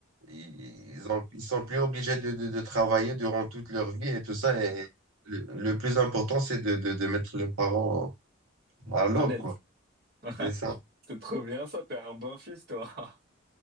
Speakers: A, on the right; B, on the right.
A: ils ont, ils sont plus obligés de, de, de travailler durant toute leur vie et tout ça. Et le, le plus important, c'est de, de, de mettre les parents à l'aube,
B: À l'aise.
A: quoi.
B: <laughs>
A: C'est ça.
B: C'est trop bien ça, t'es un bon fils, toi.